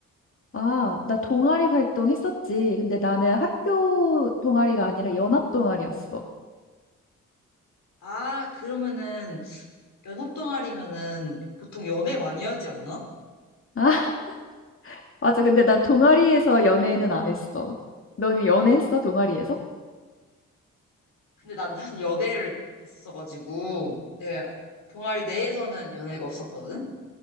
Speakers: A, on the left; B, on the left.
A: 아, 나 동아리 활동 했었지. 근데 나는 학교 동아리가 아니라 연합 동아리였어.
B: 아, 그러면은, 연합 동아리면은 보통 연애 많이 하지 않아?
A: 아, <laughs> 맞아. 근데 난 동아리에서 연애는 안 했어. 너는 연애했어, 동아리에서?
B: 근데 난 사실 여대를 갔었어가지고, 내 동아리 내에서는 연애가 없었거든?